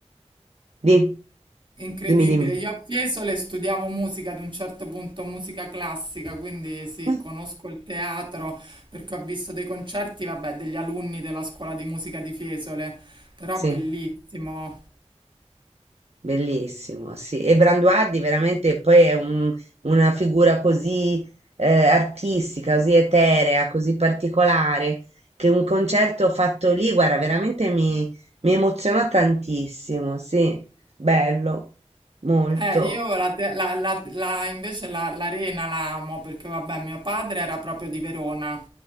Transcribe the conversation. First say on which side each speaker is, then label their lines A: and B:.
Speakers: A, on the right (about 65°); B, on the right (about 45°).
A: di...
B: è incredibile.
A: Dimmi, dimmi.
B: Io a Fiesole studiavo musica ad un certo punto, musica classica, quindi sì,
A: Eh,
B: conosco il teatro perché ho visto dei concerti, vabbè, degli alunni della scuola di musica di Fiesole, però
A: Sì.
B: bellissimo.
A: Bellissimo, sì. E Branduardi veramente poi è un- una figura così eh, artistica, così eterea, così particolare, che un concerto fatto lì, guarda, veramente mi, mi emozionò tantissimo, sì, bello, molto.
B: Eh, io la, te- la- la- la- invece la- l'arena la amo perché vabbè, mio padre era proprio di Verona,